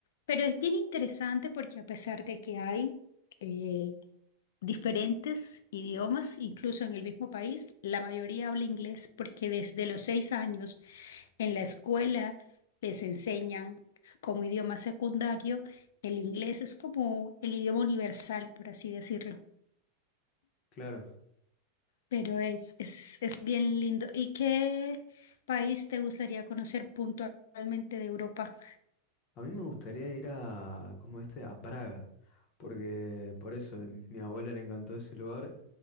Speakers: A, on the left; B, on the left.
A: pero es bien interesante porque a pesar de que hay eh, diferentes idiomas, incluso en el mismo país, la mayoría habla inglés porque desde los seis años En la escuela les enseñan como idioma secundario, el inglés es como el idioma universal, por así decirlo,
B: Claro.
A: pero es, es, es bien lindo. ¿Y qué país te gustaría conocer puntualmente de Europa?
B: A mí me gustaría ir a, como este, a Praga, porque por eso a mi abuela le encantó ese lugar